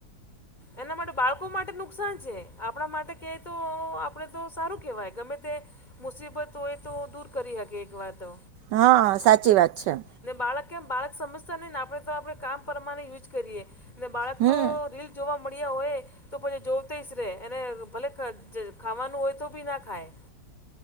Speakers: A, on the left; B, on the right.
A: એના માટે બાળકો માટે નુકસાન છે આપડા માટે કેય તો આપડે તો સારું કેવાય ગમે તે મુસીબત હોય તો દૂર કરી હકે એક વાર તો
B: હઅઅઅ સાચી વાત છે.
A: ને બાળક કેમ બાળક સમજતા નહી ને તો આપણેે કામ પરમાણે યુજ કરીયે ને બાળક
B: હમ
A: તો રીલ જોવા મળીયા હોય. તો પછી જોતિષ રે એને ભલે ખાવાનું હોય તો ભી ના ખાય.